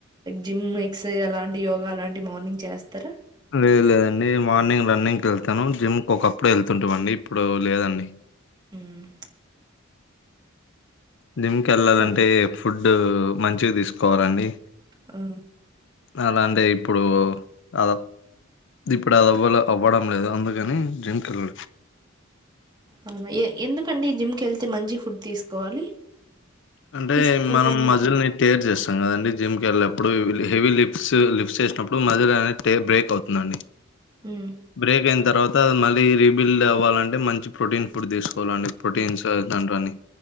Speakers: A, on the right (about 20°); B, on the left (about 60°).
A: జిమ్ ఎక్సర్సైజ్ అలాంటి యోగా అలాంటి మార్నింగ్ చేస్తార
B: లేదు లేదండి మార్నింగ్ రన్నింగ్కి వెళ్తాను జిమ్కి ఒకప్పుడు వెళ్తుంటా అండి ఇప్పుడు లేదండి
A: హ్మ్.
B: జిమ్ కెళ్ళాలంటే
A: ఫు
B: ఫుడ్ మంచి తీసుకోవాలండి.
A: ఆ
B: అలాంటే ఇప్పుడు అదా ఇప్పుడు అది అవ్వల అవ్వడం లేదు అందుకని జంకల్
A: అవునా ఎ ఎందుకండి జిమ్ కెళ్తే మంచి ఫుడ్ తీసుకోవాలి
B: అంటే
A: తీసుకోకుంటే
B: మనం
A: ఏమవుతా
B: మజిల్ని టేర్ చేస్తాం కదండి జిమ్కి వెళ్ళప్పు ఇప్పుడు హెవీ లిప్స్ లిప్స్ చేసినప్పుడు మధలో అనే బ్రేక్ అవుతుందండి.
A: ఉమ్
B: బ్రేక్ ఎన్ తర్వాత మళ్ళీ రీబిల్డ్ అవ్వాలంటే మంచి ప్రోటీన్ ఫుడ్ తీసుకోవాలండి ప్రోటీన్స్ తండని